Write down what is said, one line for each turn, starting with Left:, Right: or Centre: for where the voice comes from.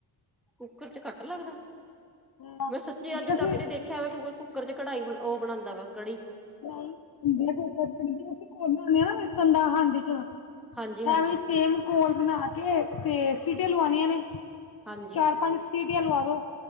Centre: ਕੁੱਕਰ ਚ ਕੱਟ ਲੱਗਦਾ
Left: ਹਾਂ
Centre: ਮੈਂ ਸੱਚੀ ਅੱਜ
Left: ਜੇ ਅਸੀਂ
Centre: ਤੱਕ ਨਹੀਂ ਦੇਖੀ ਐਵੇਂ ਕੋਈ ਕੁੱਕਰ ਚ ਕੜਾਈ ਉਹ ਬਣਾਦਾ ਵਾ ਕੜੀ
Left: ਨਹੀਂ <unintelligible> ਕੋਲ ਬਣਾਉਂਦੇ ਹਾਂ ਨਾ ਵੇਸਨ ਦਾ ਹਾਂਡੀ ਚ
Centre: ਹਾਂਜੀ, ਹਾਂਜੀ,
Left: ਐਵੇਂ ਤੇਲ ਕੋਲ ਬਣਾ ਕੇ ਤੇ ਸੀਟੇ ਲਵਾਉਣੀਆਂ ਨੇ
Centre: ਹਾਂਜੀ,
Left: ਚਾਰ ਪੰਜ ਸੀਟੀਆਂ ਲਵਾ ਦੋ